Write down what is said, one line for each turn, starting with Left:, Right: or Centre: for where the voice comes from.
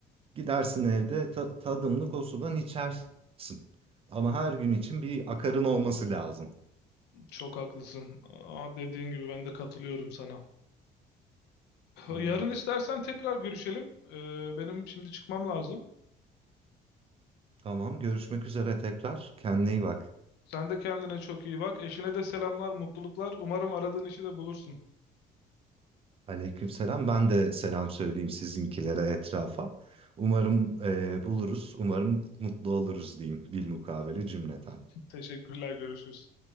Right: Gidersin evde ta- tadımlık o sudan içersin. Ama her gün için bir akarın olması lazım.
Left: çok haklısın. Aa, dediğin gibi ben de katılıyorum sana.
Right: Evet.
Left: Yarın istersen tekrar görüşelim. Ee, benim şimdi çıkmam lazım.
Right: Tamam, görüşmek üzere tekrar. Kendine iyi bak.
Left: Sen de kendine çok iyi bak. Eşine de selamlar, mutluluklar. Umarım aradığın işi de bulursun.
Right: Aleykümselam. Ben de selam söyleyeyim sizinkilere, etrafa. Umarım eee, buluruz, umarım mutlu oluruz diyeyim bilmukabele cümleten.
Left: <laughs> Teşekkürler, görüşürüz.